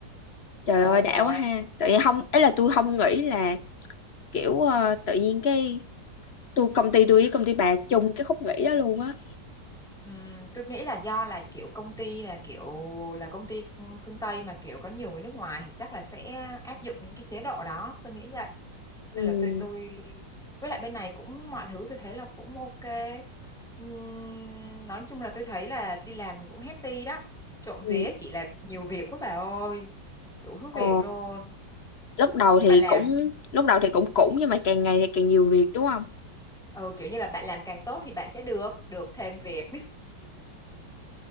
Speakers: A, on the left (about 45°); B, in the centre.
A: Trời
B: rồi
A: ơi
B: rồi
A: đã quá ha. Tự nhiên không ấy là tôi không nghĩ là kiểu ờ, tự nhiên cái tôi công ty tôi với công ty bà chung cái khúc nghỉ đó luôn á.
B: Ừm, tôi nghĩ là do là kiểu công ty mà kiểu là công ty phương phương Tây mà kiểu có nhiều người nước ngoài thì chắc là sẽ áp dụng những cái chế độ đó tôi nghĩ vậy
A: Ừ.
B: nên là tôi tôi với lại bên này cũng mọi thứ tôi thấy là cũng ok Ừm, nói chung là tôi thấy là đi làm thì cũng happy đó trộm
A: Ừ.
B: vía chỉ là nhiều việc quá bà ơi đủ thứ
A: Ờ,
B: việc luôn
A: lúc đầu thì
B: bà làm
A: cũng lúc đầu thì cũng cũng nhưng mà càng ngày thì càng nhiều việc đúng không?
B: ừ, kiểu như là bạn làm càng tốt thì bạn sẽ được được thêm việc